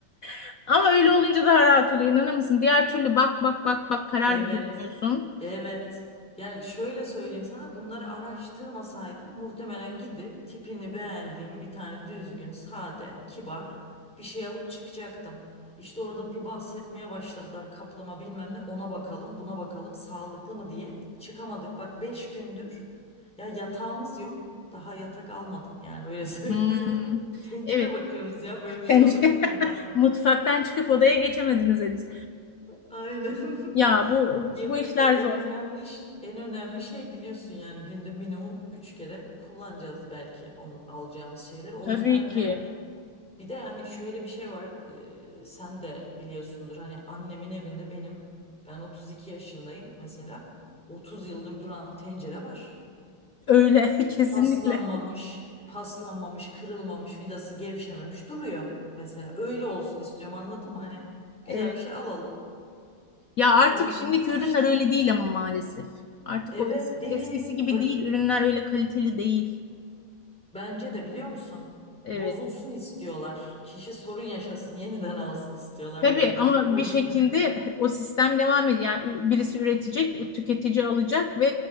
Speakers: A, on the left (about 65°); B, in the centre.
A: <laughs> Ama öyle olunca daha rahat oluyor. İnanır mısın? Diğer türlü bak bak bak bak karar
B: Evet.
A: da veremiyorsun.
B: Evet. Ya şöyle söyleyeyim sana bunları araştırmasaydım muhtemelen gidip tipini beğendiğim bir tane düzgün, sade, kibar bir şey alıp çıkacaktım. İşte orada bir bahsetmeye başladılar kaplama bilmem ne ona bakalım buna bakalım sağlıklı mı diye çıkamadık. Bak 5 gündür ya yatağımız yok daha yatak almadık yani öyle <laughs> söyleyeyim
A: Hmm.
B: sana. Tencere
A: Evet.
B: bakıyoruz ya böyle bir şey
A: Pencere-
B: olabilir mi hala?
A: <laughs> Mutfaktan çıkıp odaya geçemediniz henüz.
B: Aynen. <laughs>
A: Ya bu
B: Ama yemek
A: bu işler
B: de en
A: zor.
B: önemli ş- en önemli şey biliyorsun yani günde minimum 3 kere kullanacağız belki onun alacağımız şeyleri. O
A: Tabii
B: yüzden
A: ki.
B: de hani bir de hani şöyle bir şey var. e, sen de biliyorsundur hani annemin evinde benim ben 32 yaşındayım mesela. 30 yıldır duran tencere var.
A: Öyle <laughs> kesinlikle.
B: Paslanmamış, paslanmamış, kırılmamış, vidası gevşememiş duruyor mesela. Öyle olsun istiyorum anladın mı? Hani güzel
A: Evet.
B: bir şey alalım.
A: Ya artık
B: Onu
A: şimdiki
B: da
A: ürünler
B: işte
A: öyle değil ama maalesef. Artık
B: Evet
A: o eski,
B: değil.
A: eskisi gibi
B: Ba-
A: değil. Ürünler öyle kaliteli değil.
B: Bence de biliyor musun?
A: Evet.
B: Bozulsun istiyorlar. Kişi sorun yaşasın, yeniden alsın istiyorlar
A: Tabii
B: muhtemelen
A: ama bir
B: o yüzden.
A: şekilde o sistem devam ediyor. Yani birisi üretecek, tüketici alacak ve